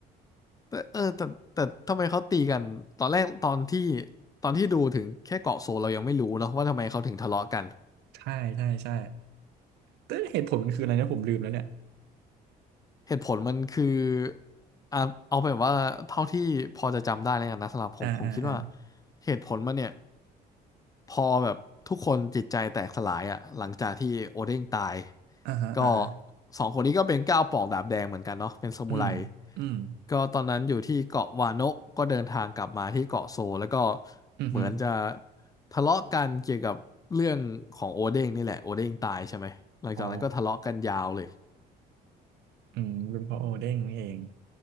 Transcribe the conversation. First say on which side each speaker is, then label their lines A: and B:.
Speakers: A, on the left; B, on the right.
A: แต่เออแต่แต่ทำไมเขาตีกัน ตอนแรกตอนที่ตอนที่ดูถึงแค่เกาะโซลเรายังไม่รู้เนอะว่าทำไมเขาถึงทะเลาะกัน
B: ใช่ใช่ใช่แต่เหตุผลมันคืออะไรนะผมลืมแล้วเนี่ย
A: เหตุผลมันคืออ่ะเอาเป็นว่าเท่าที่พอจะจำได้แล้วกันนะสำหรับผมผมคิดว่า
B: อ่าอ่าอ่า
A: เหตุผลมันเนี่ยพอแบบทุกคนจิตใจแตกสลายอ่ะหลังจากที่โอเด้งตาย
B: อ่าฮะอ่าฮะ
A: ก็สองคนนี้ก็เป็นก้าวปอกดาบแดงเหมือนกันเนาะเป็นซามูไร
B: อืมอืม
A: ก็ตอนนั้นอยู่ที่เกาะวาโนะก็เดินทางกลับมาที่เกาะโซลแล้วก็
B: อืมอื
A: เหมือนจะทะเลาะกันเกี่ยวกับเรื่องของโอเด้งนี่แหละโอเด้งตายใช่ไหมหลังจากนั้นก็ทะเลาะกันยาวเลย
B: อ๋ออืมเป็นเพราะโอเด้งนี่เอง